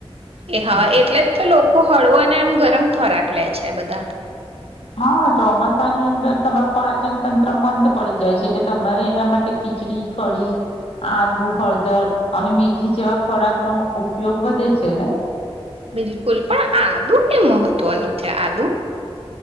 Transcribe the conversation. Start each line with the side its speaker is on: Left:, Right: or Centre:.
Right: એ હા
Left: હમ
Right: એટલે જ તે લોક ખો ખળવો ને આમ ગરમ ખોરાક લે છે બધા.
Left: હા, ચોમાસાની અંદર તમારું પાચન તંત્ર મંદ પડી જાય છે. એટલે તમારે એના માટે ખીચડી, કઢી, આદુ, હળદર અને મેથી જેવા ખોરાકનો ઉપયોગ વધે છે ને?
Right: બિલકુલ પણ આદુ કેમ મહત્વનું છે, આદુ?